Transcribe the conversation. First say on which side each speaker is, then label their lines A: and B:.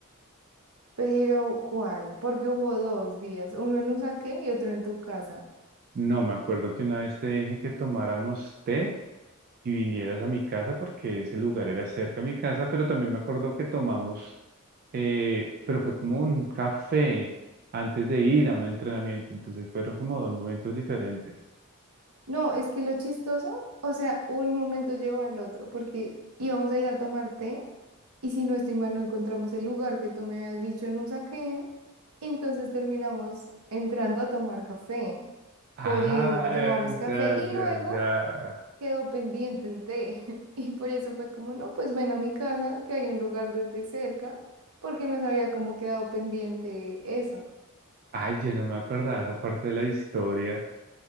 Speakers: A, on the right (about 75°); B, on the right (about 45°).
A: Pero, ¿cuál? Porque hubo dos días, uno en Usaquén y otro en tu casa.
B: No, me acuerdo que una vez te dije que tomáramos té y vinieras a mi casa porque ese lugar era cerca a mi casa, pero también me acuerdo que tomamos, eh, pero fue como un café antes de ir a un entrenamiento, entonces fueron como dos momentos diferentes.
A: No, es que lo chistoso, o sea, un momento llevó al otro, porque íbamos a ir a tomar té y si no estoy mal no encontramos el lugar que tú me habías dicho en Usaquén, entonces terminamos entrando a tomar café.
B: Ah,
A: Por eso que tomamos café
B: ya,
A: y
B: ya,
A: luego
B: ya.
A: quedó pendiente el té. <laughs> Y por eso fue como, no, pues ven a mi casa, que hay un lugar de té cerca, porque nos había como quedado pendiente eso.
B: Ay, ya no me acordaba esa parte de la historia.